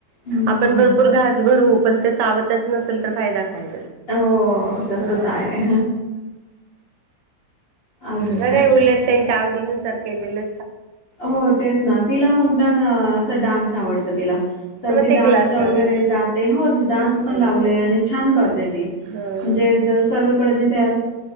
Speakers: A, on the left; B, on the right.
A: हम्म
B: आपण भरपूर घास भरवू. पण ते चावतच नसेल तर फायदा काय?
A: हो तसच
B: ह
A: आहे अजून
B: बरंय
A: काय
B: उलट त्यांच्या आवडीनुसार केलेलं.
A: हो, तेच ना तिला मग ना असा डान्स आवडत तिला तर
B: मग
A: ती
B: ते
A: डान्सला
B: क्लास लावायचे
A: वगैरे जाते. हो, डान्स
B: हं
A: पण लावले आणि छान करते.
B: हं
A: म्हणजे सर्वांकडे जिथे